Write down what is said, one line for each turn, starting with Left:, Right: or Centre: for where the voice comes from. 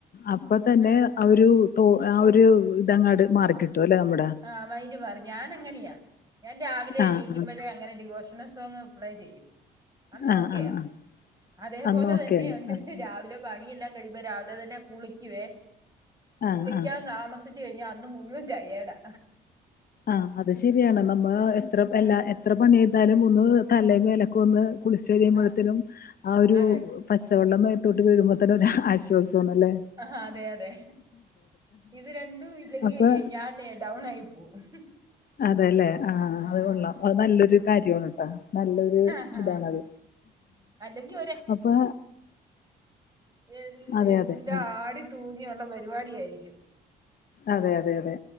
Left: അപ്പൊ തന്നെ
Right: ആ
Left: ആരു തോ ആരു ഇതങ്ങാട് മാറിക്കിട്ടുല്ലേ നമ്മടെ
Right: ആഹ മൈറ്റ്മാറും ഞാനങ്ങനെയാ ഞാൻ രാവിലെ എണീക്കുമ്പോഴേങ്ങനെ
Left: ആഹ് ആഹ്
Right: ഡിവോഷണൽ സോങ് പ്ലേ ചെയ്യും അനോക്കെയാ
Left: ആഹ് ആഹ് ആഹ്
Right: അതേപോലെ
Left: അന്നാ
Right: തന്നെയു
Left: ഓക്കെയാണ്
Right: ണ്ട്
Left: ആഹ്
Right: രാവിലെ പണിയെല്ലാം കഴിയുമ്പോ രാവിലെ തന്നെ കുളിക്കുവേ
Left: ആഹ്
Right: കുളിക്കാൻ
Left: ആഹ്
Right: താമസിച് കഴിഞ്ഞാൽ അന്ന് മുഴുവൻ ടയെഡാ
Left: ആഹ അത് ശരിയാണ് നമ്മ എത്ര
Right: ആഹ്
Left: ല്ലാ എത്ര പണി ചെയ്താലും തലയും മേലും ഒന്ന് കുളിച്ചു കഴിയുപ്പോത്തെന്
Right: ആഹ്
Left: ആ ഒരു
Right: അതെ
Left: പച്ചവെള്ളം മേത്തോട്ട് വീഴുമ്പോ തന്നെ ഒരാശ്വാസണല്ലേ
Right: ആ അതെ അതെ ഇത് രണ്ടുഇല്ലെങ്കിൽ
Left: അപ്പൊ
Right: ഞാന് ഡൗൺ ആയി പോവും <unintelligible>
Left: അതെല്ലെ ആഹ് അത്
Right: ആഹാ
Left: കൊള്ളാം അതുനല്ലൊരു കാര്യണുട്ടോ നല്ലൊരു
Right: ആഹാ
Left: ഇതാണാത്
Right: അല്ലെങ്കി
Left: അപ്പൊ
Right: എൽ
Left: അതെ
Right: എല്ലാ
Left: അതെ ആഹ്
Right: ആടി തൂങ്ങിയൊള്ള പരിപാടിയായിരിക്കും
Left: അതെ അതെ അതെ